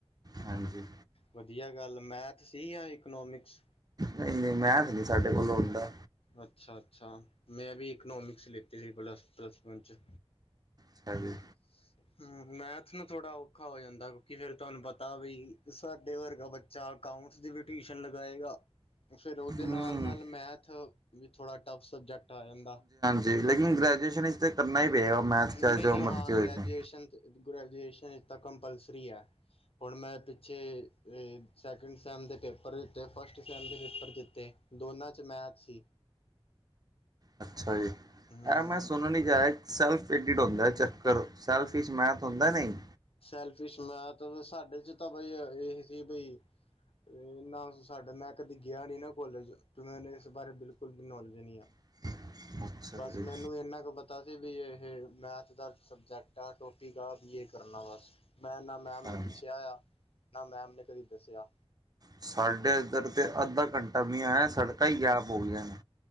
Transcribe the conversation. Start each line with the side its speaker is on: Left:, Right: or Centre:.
Right: ਹਾਂਜੀ
Left: ਵਧੀਆ ਗੱਲ ਮੈਥ ਸੀ ਆ ਇਕਨੋਮਿਕਸ।
Right: ਨਹੀਂ-ਨਹੀਂ, ਮੈਂ ਤੇ ਨਹੀਂ ਸਾਡੇ ਕੋਲ ਲੋਣ ਦਾ।
Left: ਅੱਛਾ-ਅੱਛਾ, ਮੈਂ ਵੀ ਇਕਨੋਮਿਕਸ ਲਿੱਤੀ ਸੀ, ਪਲਸ ਵੰਨ ਚ
Right: ਅੱਛਾ ਜੀ।
Left: <unintelligible> ਹੂੰ ਮੈਥ ਨੂੰ ਥੋੜ੍ਹਾ ਔਖਾ ਹੋ ਜਾਂਦਾ, ਕਿਉਂਕਿ ਫੇਰ ਤੁਹਾਨੂੰ ਪਤਾ ਬ ਵੀ ਸਾਡੇ ਵਰਗਾ ਬਾ ਚਾਰ ਅਕਾਊਂਟਸ ਦੀ ਵੀ ਟਿਊਸ਼ਨ ਲਗਾਏਗਾ। ਫਿਰ ਉਹਦੇ
Right: ਹੂੰ।
Left: ਨਾਲ-ਨਾਲ ਮੈਥ ਵੀ ਥੋੜ੍ਹਾ ਟਫ ਸਬਜੈਕਟ। ਆ। ਜਾਂਦਾ।
Right: ਦੇਖਲੇ ਗ੍ਰੈਜੂਏਸ਼ਨ ਇਸ ਤੇ ਕਰਨਾ ਹੀ ਪਏਗਾ, ਮੈਥ
Left: ਨਹੀਂ
Right: ਚਾਹ ਜੋ
Left: ਨਹੀਂ
Right: ਮਰਜ਼ੀ
Left: ਹਾਂ
Right: ਹੋਜੇ।
Left: ਗ੍ਰੈਜੂਏਸ਼ਨ ਗ੍ਰੈਜੂਏਸ਼ਨ ਕੰਪਲਸਰੀ ਹੈ। ਹੁਣ ਮੈਂ ਪਿੱਛੇ ਸੈਕਿੰਡ ਸੈਮ ਦੇ ਪੇਪਰ ਦਿੱਤੇ, ਫਸਟ ਸੈਮ ਦੇ ਪੇਪਰ ਦਿੰਤੇ। ਦੋਨਾਂ ਚ ਮੈਚ ਸੀ।
Right: ਅੱਛਾ ਜੀ,
Left: ਹਮ
Right: ਐ ਮੈਂ ਸੁਣ ਨੀ ਜਾਏ। ਸੈਲਫ ਐਡਿਟ ਹੁੰਦਾ, ਚੱਕਰ ਸੈਲਫ 'ਚ ਮੈਥ ਹੁੰਦਾ ਨਹੀਂ।
Left: ਸੈਲਫੀ ਮੈਥ ਸਾਡੇ ਚ ਤਾਂ ਬਈ ਇਹ ਸੀ ਬਈ। ਤੇ ਨਾ ਸਾਡਾ ਮੈਂ ਕਦੇ ਗਿਆ, ਨੀ ਨਾ ਕੋਲੇਜ ਤ ਮੈ ਇਸ ਬਾਰੇ ਬਿਲਕੁਲ ਵੀ ਨੌਲੇਜ ਨੀ ਆ।
Right: <unintelligible>
Left: ਬਸ
Right: ਜੀ
Left: ਮੈਨੂੰ ਇੰਨਾ ਕੁ ਪਤਾ ਸੀ, ਵੀ ਇਹ ਮੈਥ ਦਾ ਸਬਜੈਕਟ ਆ ਟੋਪਿਕ ਆ ਵੀ। ਕਰਨਾ ਬਸ, ਮੈਂ ਨਾ ਮੈਮ
Right: ਹਾਂ
Left: ਨੂੰ ਪੁੱਛਿਆ ਆ ਨਾ ਮੈਮ ਨੇ ਕਦੀ ਦੱਸਿਆ।
Right: ਸਾਡੇ ਇੱਧਰ ਤਾਂ ਅੱਧਾ ਘੰਟਾ ਵੀ ਆ ਸੜਕਾਂ ਹੀ ਗੈਪ ਹੋ ਗਈਆਂ ਨੇ।